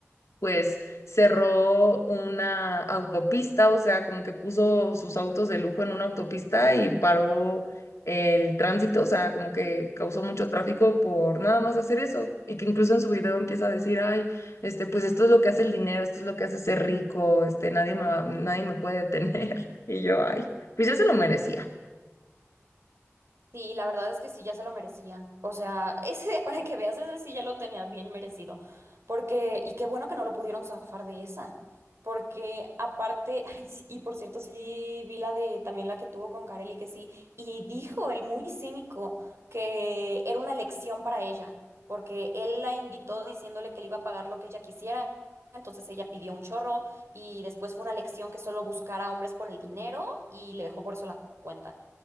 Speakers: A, on the left (about 75°); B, on the right (about 65°).
A: pues cerró una autopista, o sea, como que puso sus autos de lujo en una autopista y paró el tránsito, o sea, como que causó mucho tráfico por nada más hacer eso. Y que incluso en su video empieza a decir, ay, este, pues esto es lo que hace el dinero, esto es lo que hace ser rico, este, nadie me va- nadie me puede detener. <laughs> Y yo, ay, pues ya se lo merecía.
B: Sí, la verdad es que sí, ya se lo merecía. O sea, ese, <laughs> para que veas, ese sí ya lo tenía bien merecido. Porque, y qué bueno que no lo pudieron zafar de esa. Porque aparte, <laughs> ay, sí, y por cierto, sí vi la de también la que tuvo con Carelli, que sí, y dijo el muy cínico que era una lección para ella, porque él la invitó diciéndole que le iba a pagar lo que ella quisiera. Entonces ella pidió un chorro y después fue una lección que solo buscara hombres por el dinero y le dejó por eso la cuenta.